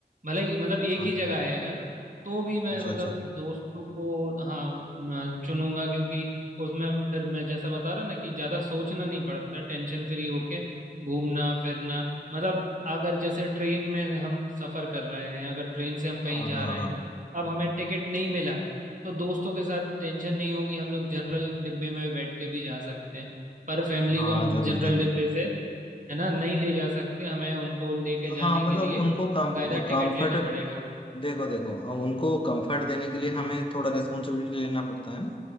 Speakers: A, on the right; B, on the left.
A: भले ही मतलब एक
B: हाँ
A: ही
B: हाँ।
A: जगह है अगर तो भी मैं
B: अच्छा
A: मतलब
B: अच्छा
A: दोस्तों को हाँ मैं चुनूंगा क्योंकि उसमें फिर मैं जैसा बता रहा ना कि ज़्यादा सोचना नहीं पड़ता टेंशन फ्री होके घूमना फिरना मतलब अगर जैसे ट्रेन में हम सफ़र कर रहे हैं अगर ट्रेन से हम कहीं
B: हाँ
A: जा
B: हाँ
A: रहे
B: हाँ
A: हैं अब हमें टिकट नहीं मिला तो दोस्तों के साथ टेंशन नहीं होगी हम लोग जनरल डिब्बे में बैठ के भी जा सकते हैं पर फैमिली
B: हाँ
A: को हम
B: जरूर
A: जनरल
B: जरूर
A: डिब्बे से है ना नहीं ले जा सकते हमें उनको लेके जाने
B: हाँ मतलब
A: के लिए
B: उनको कम
A: कायदा
B: कंफर्ट
A: टिकट लेना पड़ेगा
B: देखो देखो अब उनको कंफर्ट देने के लिए हमें थोड़ा रेस्पॉन्सिबिलिटी लेना पड़ता है